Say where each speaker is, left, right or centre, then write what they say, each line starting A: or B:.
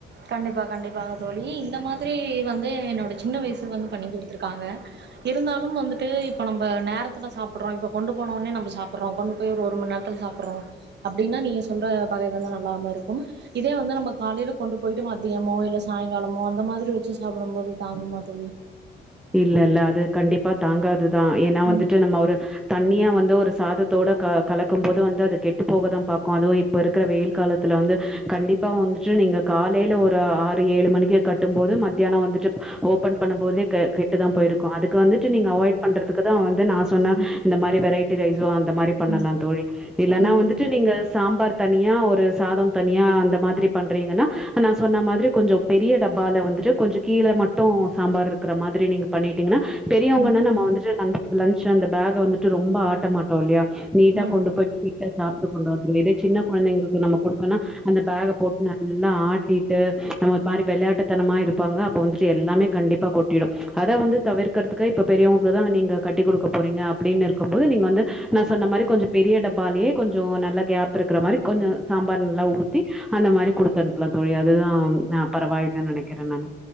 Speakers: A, on the right; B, in the centre.
A: கண்டிப்பா கண்டிப்பாங்க தோழி இந்த மாதிரி வந்து என்னோட சின்ன வயசுல வந்து பண்ணி குடுத்துருக்காங்க இருந்தாலும் வந்துட்டு இப்ப நம்ப நேர்த்துல சாப்புட்றோ இப்ப கொண்டு போனோனே நம்ம சாப்புட்றோ கொண்டு போயி ஒரு மண் நேரத்துல சாப்புட்றோ அப்டினா நீங்க சொல்ற பகை வந்து நல்லாம இருக்கும் இதே வந்து நம்ம காலைல கொண்டு போயிட்டு மத்யமோ இல்ல சாய்ங்காலமோ அந்த மாதிரி வெச்சு சாப்புடும் போது தாங்குமா தோழி
B: இல்ல இல்ல அது கண்டிப்பா தாங்காதுதா ஏனா வந்துட்டு
A: ம்
B: நம்ம ஒரு தண்ணியா வந்து ஒரு சாதத்தோட க கலக்கும் போது வந்து அது கெட்டு போக தா பாக்கும் அதுவு இப் இப்ப இருக்குற வெயில் காலத்துல வந்து கண்டிப்பா வந்துட்டு நீங்க காலைல ஒரு ஆறு ஏழு மணிக்கே கட் மும் போது மத்தியான வந்துட்டு ஓப்பன் பண்ணும் போதே கெட்டு தா போயிருக்கு அதுக்கு வந்துட்டு நீங்க அவாய்ட் பண்றதுக்கு தா வந்து நா சொன்ன
A: ம்
B: இந்த மாரி வெரைட்டி ரைஸோ அந்த மாரி பண்ணலா
A: ம்
B: தோழி இல்லனா
A: ம்
B: வந்து ட்டு நீங்க சாம்பார் தனியா ஒரு சாத தனியா அந்த மாதிரி பண்றீங்கனா நா சொன்ன மாதிரி கொஞ்ச பெரிய டப்பால வந்துட்டு கொஞ்ச கீழ மட்டு சாம்பார் இர் க்குற மாதிரி நீங்க பண்ணிட்டீங்கனா பெரியவ்ங்கனா
A: ம்
B: நம்ம வந்துட்டு அந் லஞ்ச் அந்த பேக்க வந்துட்டு ரொம்ப ஆட்ட மட்டோ இல்லையா நீட்டா
A: ம்
B: கொண்டு போய் நீட்டா சாப்ட்டு கொண்டு வந்து இதே சின்ன கொழந்தைங்களுக்கு நம்ம குடுத்தோனா அந்த பேக்க போட்டு நல்லா ஆட்டிட்டு அ ஒரு மாரி வெளையாட்டுத்தனமா இருப்பாங்க அப்ப வந்துட்டு எல்லாமே கண்டிப்பா கொட்டிரு அத வந்து தவிர்க்கிறதுக்கு இப்ப பெரியவ்ங்க தா நீங்க கட்டிக் குடுக்க போறீங்க அப்டின்னு இருக் இருக்கும் போது நீங்க வந்து நா சொன்ன மாரி கொஞ்ச பெரிய டப்பாலேயே கொஞ்ச நல்லா கேப் இருக்கிற மாரி கொஞ்ச சாம்பார் நல்லா ஊத்தி அந்த மாரி குடுத்து அனுப்பலா தோழி அதுதா நா பரவாயில்லன் நெனைக்கிறே நானு